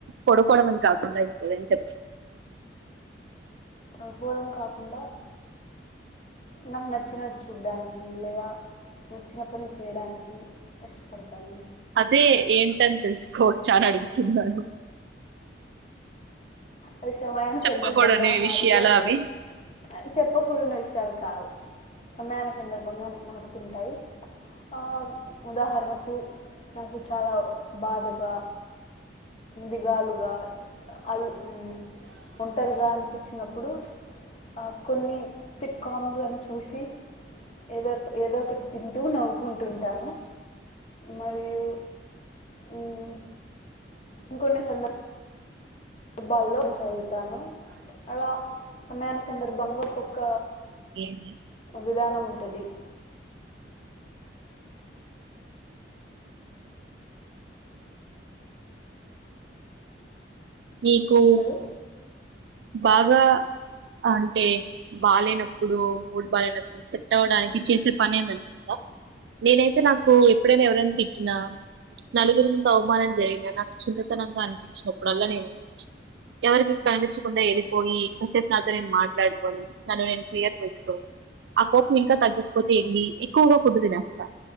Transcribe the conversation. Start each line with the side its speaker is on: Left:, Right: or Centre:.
Right: పడుకోవడం అని కాకుండా ఇంకేం చెప్
Left: అనుకోడం కాకుండా నాకు నచ్చినది చూడ్డానికి లేదా నచ్చిన పని చేయడానికి ఇష్టపడుతాను
Right: అదే ఏంటని తెల్సుకోవచ్చా అని అడుగుతున్నాను
Left: అవి సమయన
Right: చెప్పకూడని
Left: సందర్భంగా మారుతూ
Right: విషయాలు
Left: ఉంటయ్
Right: అవి
Left: అ చెప్పకూడని విషాయలు కావు సమయను సందర్భంగా మారుతుంటాయి ఆ ఉదాహరణకు నాకు చాలా బాధగా దిగాలుగా అల్ మ్ ఒంటరిగా అనిపించ్చినప్పుడు అప్ కొన్ని సిట్కామ్లను చూసి ఏదోక్ ఏదో ఒకటి తింటూ నవ్వుకుంటుంటాను మరియు మ్, ఇంకొన్ని సంద హెబ్బల్లో చదువుతాను అలా సమయానీ సందర్భంగా ఒక్కొక్క
Right: ఏమీ
Left: విధానం ఉంటది
Right: మీకు
Left: హలో
Right: బాగా అంటే బాలేనప్ ప్పుడు మూడ్బాలేనప్పుడు సెట్ అవ్వడానికి చేసే పనేమన్నానుందా నేనైతే నాకు ఎప్పుడైనా ఎవరైనా తిట్టినా నలుగురి ముందు అవమానం జరిగినా నాకు చిన్నతనంగా అనిపిచ్చినప్పుడల్లా నేను ఎవరికి కనిపిచ్చకుండా ఎళ్ళిపోయి కాసేపు నాతోన్ నేను మాట్లాడుకోని నన్ను నేను క్లియర్ చేస్కో ఆ కోపం ఇంకా తగ్గకపోతే ఏంది ఎక్కువగా ఫుడ్ తినేస్తా